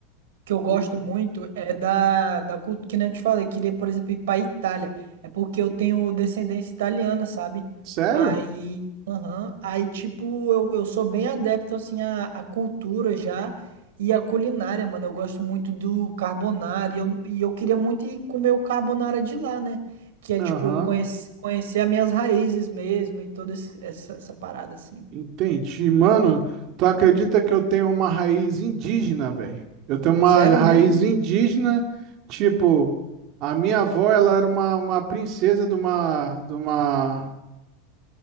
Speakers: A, on the right; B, on the right.
A: que eu gosto
B: Hum.
A: muito é da, da cultura, que nem eu te falei, queria, por exemplo, ir pra Itália. É porque eu tenho descendência italiana, sabe?
B: Sério?
A: Aí, aham, aí tipo, eu, eu sou bem adepto, assim, à, à cultura já e à culinária, mano. Eu gosto muito do carbonara e eu, e eu queria muito ir comer o carbonara de lá, né? Que é,
B: Aham.
A: tipo, conhecer, conhecer as minhas raízes mesmo e toda esse- essa, essa parada, assim.
B: Entendi. Mano, tu acredita que eu tenho uma raiz indígena, velho? Eu tenho uma
A: Sério
B: raiz
A: mesmo?
B: indígena, tipo, a minha avó, ela era uma, uma princesa de uma, de uma,